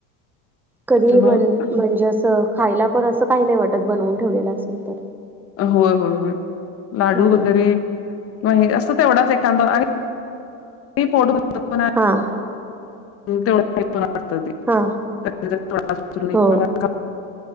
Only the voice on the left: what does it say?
मग
होय, होय, होय लाडू
वगैरे किंवा हे असं तेवढाच एखांदा आणि नाही पोट भरतं पण ना.
तेवढ काय पण वाटतं ते
<unintelligible>